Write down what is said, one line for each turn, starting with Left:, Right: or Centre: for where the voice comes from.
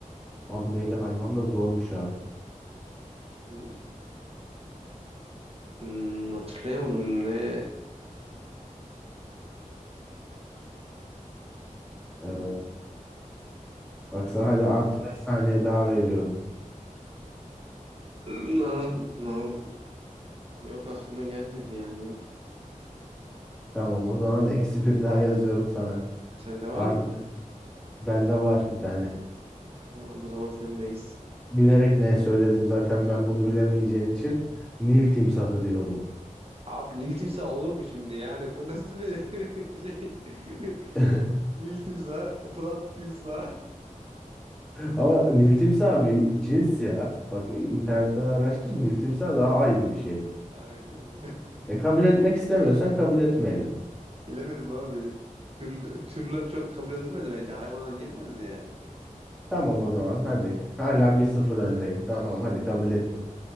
Centre: Abi neyle hayvan da zormuş ha.
Right: Ee, Hmm, hatırlayamadım ne. Hmm,
Centre: Evet. Baksana hadi artı beş saniye daha veriyorum.
Right: ama- Yok aklıma gelmedi yani.
Centre: Tamam o zaman <laughs> eksi bir daha yazıyorum sana.
Right: Sende
Centre: Artı
Right: var mı?
Centre: bende var bir tane.
Right: Tamam bu zaman sendeyiz.
Centre: Bilerek
Right: Ne?
Centre: ne söyledim zaten ben bunu bilemeyeceğin için Nil timsahı diyorum.
Right: Abi Nil timsah olur mu şimdi yani? Bu nasıl bir <laughs> şey?
Centre: <laughs>
Right: Nil, Nil timsah, Fırat timsah.
Centre: Ama Nil timsahı bir cins ya. Bak internetten araştır. Nil timsahı daha ayrı bir şey.
Right: Ha, öyle mi? <laughs>
Centre: E kabul etmek istemiyorsan kabul etmeyelim.
Right: Bilemedim abi. Tür, türler çok kabul edilmez bence. Hayvana girmez yani.
Centre: Tamam o zaman hadi. Hala bir sıfır öndeyim. Tamam hadi kabul ettim.